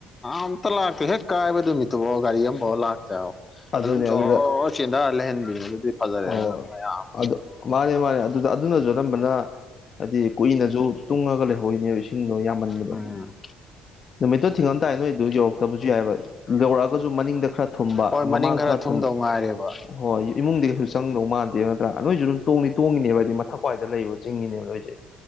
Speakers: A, on the left; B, on the left.
A: ꯑꯝꯇ ꯂꯥꯛꯇꯦ ꯍꯦꯛ ꯀꯥꯏꯕꯗꯨ ꯃꯤꯇꯨꯕꯣ ꯒꯥꯔꯤ ꯑꯃꯐꯥꯎ ꯂꯥꯛꯇꯑꯣ
B: ꯑꯗꯨꯅꯦ
A: ꯑꯗꯨꯝ ꯖ
B: ꯑꯗꯨꯗ
A: ꯆꯦꯟꯊꯔ ꯂꯩꯍꯟꯕꯤꯅꯤ ꯑꯗꯨꯗꯤ ꯐꯖꯔꯦ
B: ꯍꯣꯏ
A: ꯃꯌꯥꯝ
B: ꯑꯗꯨ ꯃꯥꯅꯦ ꯃꯥꯅꯦ ꯑꯗꯨꯗ ꯑꯗꯨꯅꯁꯨ ꯑꯔꯝꯕꯅ ꯍꯥꯏꯗꯤ ꯀꯨꯏꯅꯁꯨ ꯇꯨꯡꯉꯒ ꯂꯩꯍꯧꯔꯤꯅꯦꯕ ꯏꯁꯤꯡꯗꯣ ꯌꯥꯝꯃꯟꯕꯗꯣ
A: ꯎꯝ
B: ꯅꯨꯃꯤꯠꯇꯣ ꯊꯤꯡꯉꯝꯗꯥ ꯅꯣꯏ ꯑꯗꯨ ꯌꯧꯔꯛꯇꯕꯁꯨ ꯌꯥꯏꯕ ꯌꯧꯔꯛꯑꯒꯁꯨ ꯃꯅꯤꯡꯗ ꯈꯔ ꯊꯨꯝꯕ
A: ꯍꯣꯏ ꯃꯅꯤꯡ
B: ꯃꯃꯥꯡ
A: ꯈꯔ
B: ꯈ꯭ꯔ
A: ꯊꯨꯝꯗꯧ
B: ꯊꯨꯝꯕ
A: ꯉꯥꯏꯔꯦꯕ
B: ꯍꯣꯏ ꯏꯃꯨꯡꯗꯤ ꯀꯩꯁꯨ ꯆꯪꯗꯧ ꯃꯥꯟꯗꯦ ꯅ꯭ꯔꯥ ꯅꯣꯏꯁꯨ ꯑꯗꯨꯝ ꯇꯣꯡꯅꯤ ꯇꯣꯡꯉꯤꯅꯦꯕ ꯍꯥꯏꯗꯤ ꯃꯊꯛ꯭ꯋꯥꯏꯗ ꯂꯩꯕ ꯆꯤꯡꯉꯤꯅꯦꯕ ꯅꯣꯏꯁꯦ